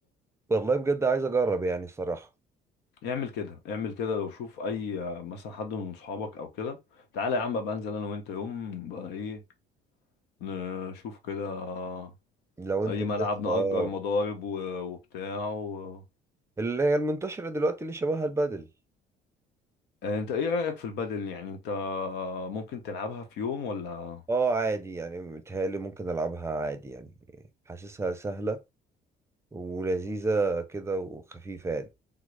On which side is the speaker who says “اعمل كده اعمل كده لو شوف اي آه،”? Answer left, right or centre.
Left